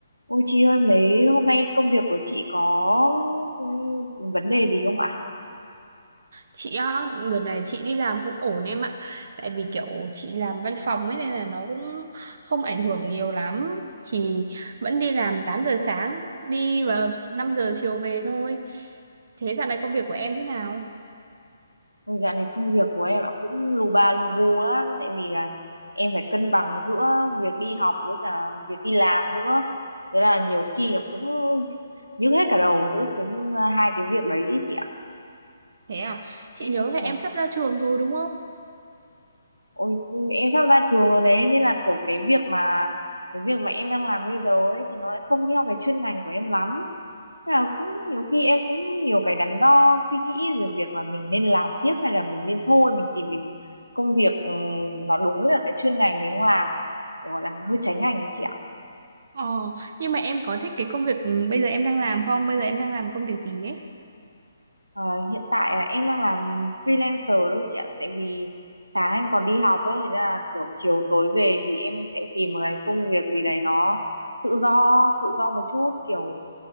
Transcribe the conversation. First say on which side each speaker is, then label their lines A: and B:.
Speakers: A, on the right; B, on the right.
A: Ôi chị ơi, mấy hôm nay công việc của chị có ừm, vấn đề gì không ạ?
B: chị á đợt này chị đi làm cũng ổn em ạ tại vì kiểu chị làm văn phòng ấy nên là nó cũng không ảnh hưởng nhiều lắm thì vẫn đi làm 8 giờ sáng đi và 5 giờ chiều về thôi thế dạo này công việc của em thế nào
A: Ôi, dạo này công việc của em ạ cũng lù bà lù bù lắm, tại vì là em phải cân bằng giữa việc đi học với cả việc đi làm nữa. Thế là nhiều khi là cũng nhức hết cả đầu giữa cái à, hai cái việc đấy ý chị ạ.
B: thế
A: Ừ,
B: à chị
A: Em
B: nhớ là em
A: vâng.
B: sắp ra trường rồi đúng không
A: Ôi, em sắp ra trường rồi đấy nên là kiểu cái việc mà cái việc mà em đang làm bây giờ ấy thì nó lại không theo cái chuyên ngành của em lắm. Thế là cũng nhiều khi em cũng nhiều cái đắn đo suy nghĩ về việc là mình nên làm tiếp hay là mình nên thôi mình tìm đến công việc ừm, nó đúng là cái chuyên ngành mình đang làm kiểu gọi là hơi trái ngành ấy chị ạ
B: ờ nhưng mà em có thích cái công việc bây giờ em đang làm không bây giờ em đang làm công việc gì ấy
A: Ờ, hiện tại à, em đang làm freelancer thôi chị ạ tại vì sáng em còn đi học ấy thế là kiểu chiều tối về thì em sẽ tìm một cái công việc gì đấy nó tự do tự do một chút kiểu